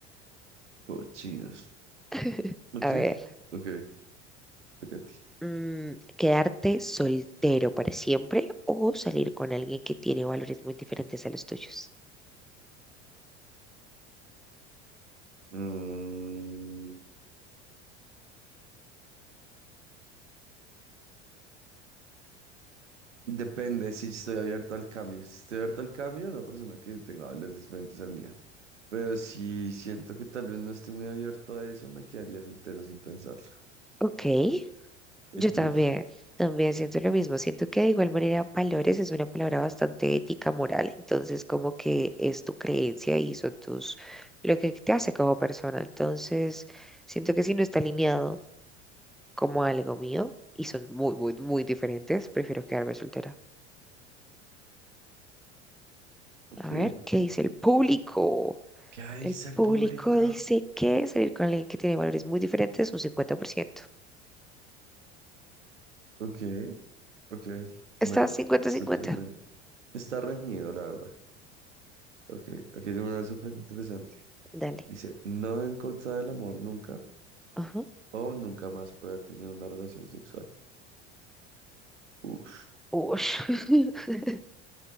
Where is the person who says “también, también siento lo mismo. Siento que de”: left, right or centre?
Centre